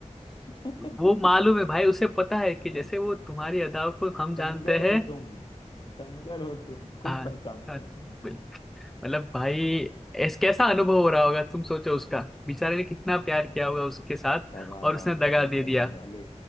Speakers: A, on the left; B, in the centre.
A: <laughs>
B: वो मालूम है भाई उसे पता है कि
A: और
B: जैसे वो तुम्हारी अदाओं
A: सितमगर
B: को हम जानते हैं
A: हो तुम सितमगर हो तुम खूब
B: हाँ
A: पहचानते
B: हाँ,
A: हैं
B: बिल- मतलब भाई ऐस कैसा अनुभव हो रहा होगा तुम सोचो उसका बेचारे ने कितना प्यार किया होगा उसके साथ
A: दगाबाज
B: और उसने दगा
A: हो तुम
B: दे
A: सितम
B: दिया
A: ढाने वाले